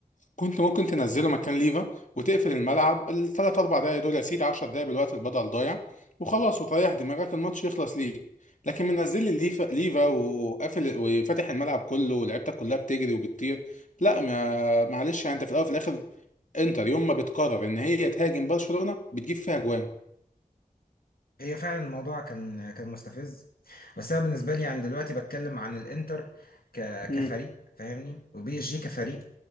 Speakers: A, on the left; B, on the left.
A: كنت ممكن تنزله مكان ليفا وتقفل الملعب الثلاث اربع دقايق دول يا سيدي 10 دقايق بالوقت البدل ضايع وخلاص وتريح دماغك الماتش يخلص ليك لكن منزل لي ليفا ليفا وقافل وفاتح الملعب كله ولعيبتك كلها بتجري وبتطير لا ما معلش يعني انت في الاول وفي الاخر انتر يوم ما بتقرر ان هي تهاجم برشلونة بتجيب فيها جوان
B: هي فعلا الموضوع كان كان مستفز بس انا بالنسبه لي يعني دلوقتي بتكلم عن الانتر ك
A: مم.
B: كفريق فاهمني وبي اس جي كفريق